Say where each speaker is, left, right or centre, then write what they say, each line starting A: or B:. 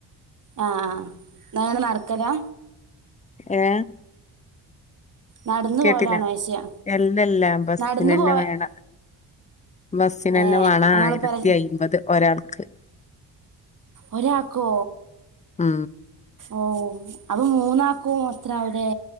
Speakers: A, on the right; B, on the left.
A: ആ ആ എന്താണ് നടക്കലാ
B: ഏഹ്
A: നടന്നു
B: കേട്ടില്ല
A: പോലാണോ ചോദിച്ചയാ
B: അല്ലല്ലാ ബസ്സിന്
A: നടന്നു
B: തന്നെ
A: പോ
B: വേണം ബസ്സിന്
A: ഏ
B: തന്നെ വേണം
A: ഞങ്ങള്
B: ആയിരത്തി
A: പെര
B: അയിമ്പത് ഒരാൾക്ക്
A: ഒരാക്കോ
B: ഉം
A: ഓ അപ്പ മൂന്നാക്കും അത്ര ആവൂലെ